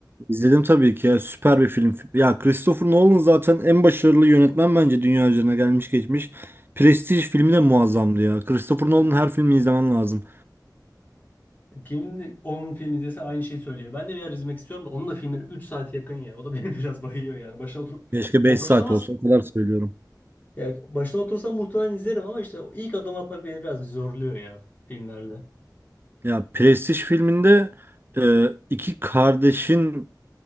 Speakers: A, on the right (about 30°); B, on the left (about 25°).
A: İzledim tabii ki ya. Süper bir film. Ya Christopher Nolan zaten en başarılı yönetmen bence dünya üzerine gelmiş geçmiş. Prestij filmi de muazzamdı ya. Christopher Nolan'ın her filmini izlemen lazım.
B: Kim onun filmi izlese aynı şeyi söylüyor. Ben de bir ara izlemek istiyorum da onun da filmleri 3 saate yakın ya. O da beni <laughs> biraz bayıyor yani. Başına oturup
A: Keşke 5
B: otursam
A: saat
B: az.
A: olsa. O kadar söylüyorum.
B: Yani başına otursam muhtemelen izlerim ama işte o ilk adım atmak beni biraz zorluyor ya filmlerde.
A: Ya Prestij filminde e, iki kardeşin